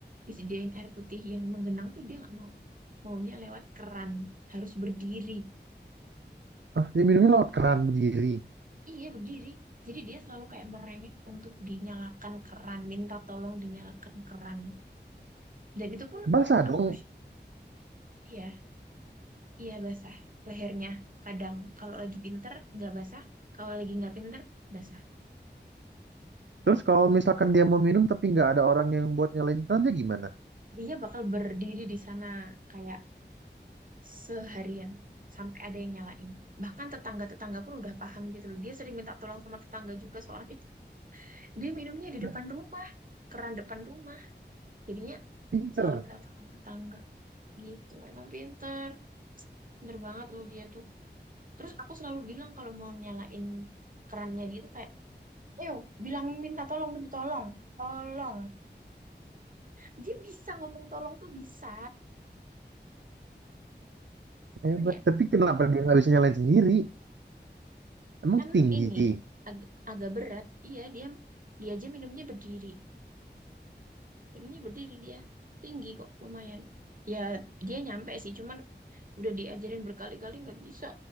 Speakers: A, on the right; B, on the right.
A: disediain air putih yang menggenang tuh dia nggak mau. Maunya lewat keran, harus berdiri.
B: Ah, dia minumnya lewat keran berdiri.
A: Iya, berdiri. Jadi dia selalu kayak merengek untuk dinyalakan keran, minta tolong dinyalakan keran. Dan itu pun
B: Basah
A: aku
B: dong
A: harus iya, iya basah lehernya. Kadang kalau lagi pinter nggak basah, kalau lagi nggak pinter basah.
B: Terus kalau misalkan dia mau minum tapi nggak ada orang yang buat nyalain kan dia gimana?
A: Dia bakal berdiri di sana kayak seharian sampai ada yang nyalain. Bahkan tetangga-tetangga pun udah paham gitu loh. Dia sering minta tolong sama tetangga juga soalnya <laughs> dia minumnya di
B: Nah,
A: depan rumah, keran depan rumah. Jadinya
B: pinter,
A: selalu minta tolong tetangga gitu. Emang pinter, pinter banget loh dia tuh. Terus aku selalu bilang kalau mau nyalain kerannya gitu kayak Ayo, bilang minta tolong dulu, tolong. Tolong. Dia bisa ngomong tolong tuh bisa.
B: hebat.
A: Cuman ya,
B: Tapi kenapa dia nggak bisa nyalain sendiri? Emang
A: kan
B: tinggi.
A: ini ag- agak berat. Iya, dia dia aja minumnya berdiri. Minumnya berdiri dia. Tinggi kok, lumayan. Ya, dia nyampe sih, cuman udah diajarin berkali-kali nggak bisa.